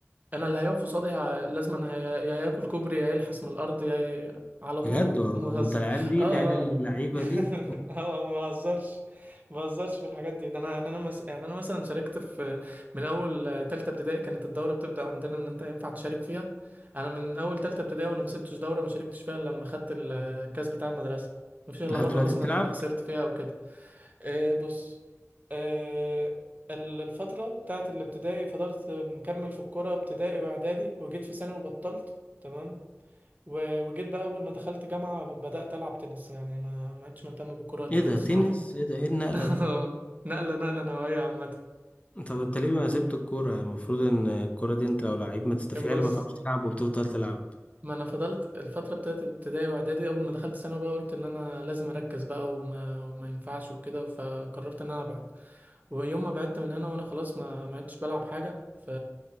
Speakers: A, on the right; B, on the left.
A: انا اللي هيقف قصادي ه- لازم انا هي... يا ياكل كوبري يا يلحس من الارض يا ي... على طول
B: بجد والله
A: <laughs> ما بهزر
B: أنت العيال دي
A: اه
B: العيال اللعيبة
A: اه
B: دي
A: <laughs> اه ما بهزرش ما بهزرش في الحاجات دي ده انا يعني انا مس... يعني انا مثلا شاركت في من اول آه، تالتة ابتدائي كانت الدوره بتبدا عندنا ان انت ينفع تشارك فيها انا من اول تالتة ابتدائي وانا ما سبتش دوره ما شاركتش فيها إلا لما خدت الكاس بتاع المدرسه ما فيش الا
B: لحد
A: مره
B: دلوقتي
A: مثلا
B: بتلعب؟
A: اللي خسرت فيها او كده آه بص آه ال- الفترة بتاعت الابتدائي فضلت مكمل في الكورة ابتدائي وإعدادي وجيت في ثانوي وبطلت تمام و- وجيت بقى أول ما دخلت جامعة بدأت ألعب تنس يعني ما ما عدتش مهتم بالكورة قد
B: إيه
A: كده
B: ده
A: الصراحة
B: تنس؟ إيه ده إيه النقلة
A: <laughs>
B: دي؟
A: نقلة نقلة نوعية عامة
B: طب انت ليه ما سبت الكورة المفروض ان الكورة دي انت لو لعيب ما تستفيع
A: بص
B: ما تعرفش تلعب وبتفضل تلعب
A: ما أنا فضلت الفترة بتاعت ابتدائي وإعدادي أول ما دخلت ثانوي بقى قلت إن أنا لازم أركز بقى وما, وما ينفعش وكده فقررت إن أنا أبعد ويوم ما بعدت من هنا وانا خلاص ما ما عدتش بلعب حاجه ف